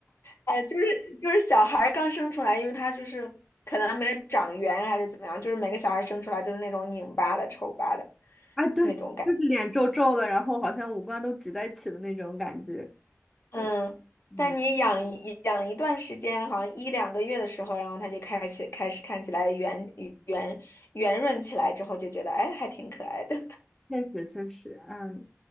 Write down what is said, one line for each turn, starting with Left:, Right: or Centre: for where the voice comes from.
Left: 哎，就是就是小孩儿刚生出来，因为他就是可能没长圆还是怎么样，就是每个小孩儿生出来都是那种拧巴的、丑巴的
Centre: 啊，对，
Left: 那种感觉。
Centre: 就是脸皱皱的，然后好像五官都挤在一起的那种感觉。
Left: 嗯，
Centre: 对，嗯。
Left: 但你养一养一段时间，好像一两个月的时候，然后他就开始开始看起来圆圆圆润起来之后，就觉得哎，还挺可爱的。
Centre: 确实确实，嗯，